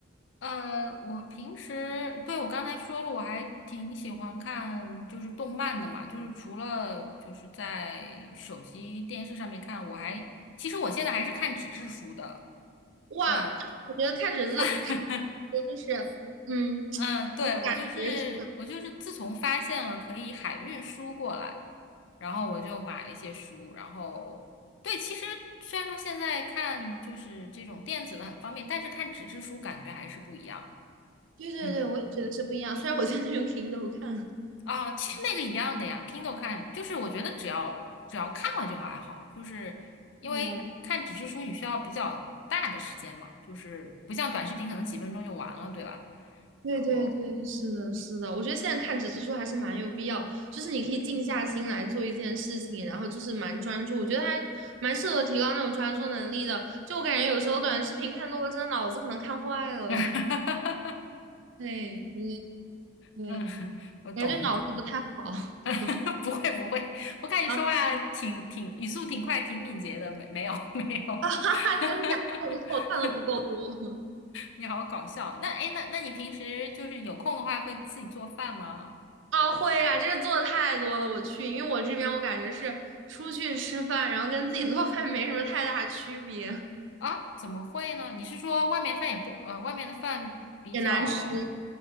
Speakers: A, on the left; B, on the right.
A: 呃，我平时，对，我刚才说了，我还挺喜欢看就是动漫的嘛，就是除了就是在手机电视上面看，我还其实我现在还是看纸质书的，
B: 哇，
A: 对。
B: 我觉得看纸质，
A: <laughs>
B: 看着就是，嗯，<tsk>
A: 嗯，对，
B: 我感觉是，
A: 我就是我就是自从发现了可以海运书过来，然后我就买了一些书，然后对，其实虽然说现在看就是这种电子的很方便，但是看纸质书感觉还是不一样。
B: 对对对，
A: 嗯。
B: 我也觉得是不一样。虽然我现在用 Kindle 看，
A: 啊，其实那个一样的呀，Kindle 看就是我觉得只要只要看了就还好，就是因为看纸质书你需要比较大的时间嘛，
B: 对。
A: 就是不像短视频可能几分钟就完了，对吧？
B: 对对对，
A: 然后，
B: 是的，是的，我觉得现在看纸质书还是蛮有必要，就是你可以静下心来做一件事情，然后就是蛮专注，我觉得还蛮适合提高那种专注能力的。就我感觉有时候短视频看多了，真的脑子可能看坏了，
A: <laughs>
B: <laughs> 对对对，
A: 嗯，我懂，
B: 感觉对脑子不太好。
A: <laughs>
B: <laughs>
A: 不会不会，我看你说话挺挺语速挺快，
B: 啊，
A: 挺敏捷的，没没有 <laughs> 没有，
B: <laughs>
A: <laughs>
B: 真的假的？我错我看的不够多。<laughs>
A: 你好搞笑。那哎，诶那那你平时就是有空的话会自己做饭吗？
B: 啊，会啊，这个做的太多了，我去，因为我这边我感觉是出去吃饭，然后跟自己做饭没什么太大区别，
A: 啊，怎么会呢？你是说外面饭也不，呃，外面的饭比较，
B: 也难吃，